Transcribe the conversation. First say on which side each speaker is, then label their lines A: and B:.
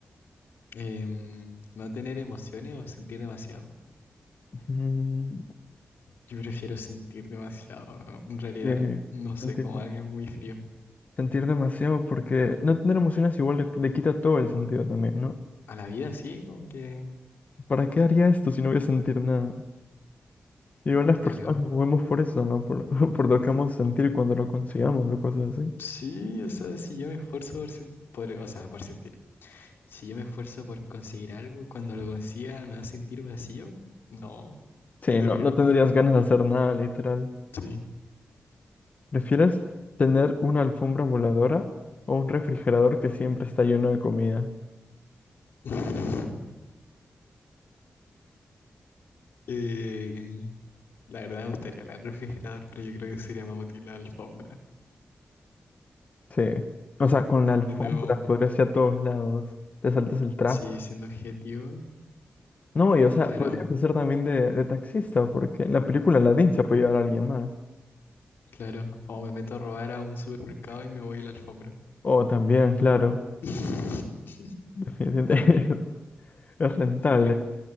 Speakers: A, on the left; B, on the left.
A: Em, no tener emociones o sentir demasiado.
B: Mm,
A: Yo prefiero sentir demasiado, ¿no? En realidad,
B: sí,
A: no sé,
B: sentir,
A: como alguien muy frío.
B: sentir demasiado porque no tener emociones igual le, le quita todo el sentido también, ¿no?
A: A la vida sí, como que,
B: ¿Para qué haría esto si no voy a sentir nada? Igual las
A: claro.
B: personas nos movemos por eso, ¿no? Por, <laughs> por lo que vamos a sentir cuando lo consigamos o cosas así.
A: Sí, o sea, si yo me esfuerzo por, sen- por- o sea, por sentir. Si yo me esfuerzo por conseguir algo, cuando lo consiga me va a sentir vacío. No,
B: Sí,
A: qué terrible.
B: no, no tendrías ganas de hacer nada, literal.
A: Sí.
B: ¿Prefieres tener una alfombra voladora o un refrigerador que siempre está lleno de comida?
A: <laughs> Eh, la verdad me gustaría el refrigerador, pero yo creo que sería más útil la alfombra.
B: Sí. O sea, con la alfombra
A: Siendo
B: podrías
A: como,
B: ir a todos lados. Te saltas el tráfico.
A: sí, siendo objetivo,
B: No, y o sea,
A: claro,
B: podrías hacer también de, de taxista, porque en la película Aladdin se puede llevar a alguien más.
A: claro. O me meto a robar a un supermercado y me voy a la alfombra.
B: O también, claro.
A: <laughs>
B: Definitivamente <laughs> es rentable.
A: ¿Estar